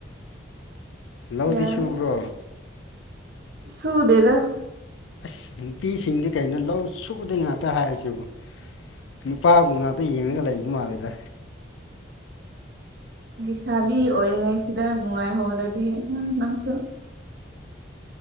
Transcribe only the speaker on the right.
ꯌꯥꯅꯦ
ꯁꯨ ꯗꯦꯗ
ꯂꯩꯁꯥꯕꯤ ꯑꯣꯏꯔꯤꯉꯩꯁꯤꯗ ꯅꯨꯡꯉꯥꯏꯍꯧꯗꯗꯤ ꯍ ꯂꯪꯁꯨꯣ